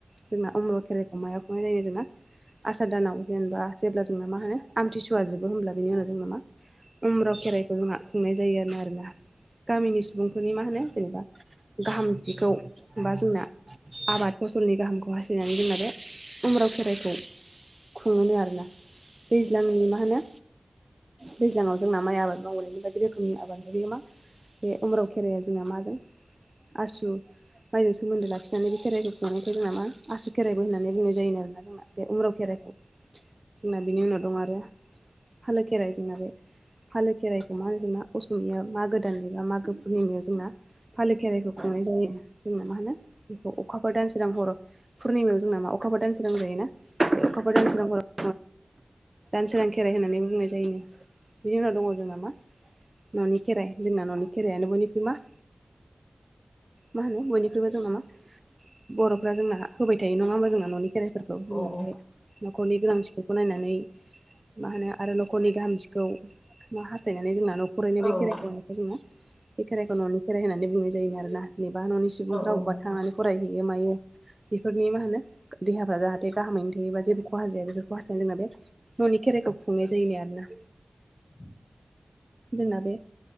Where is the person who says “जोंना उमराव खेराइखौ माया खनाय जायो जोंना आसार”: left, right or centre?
Right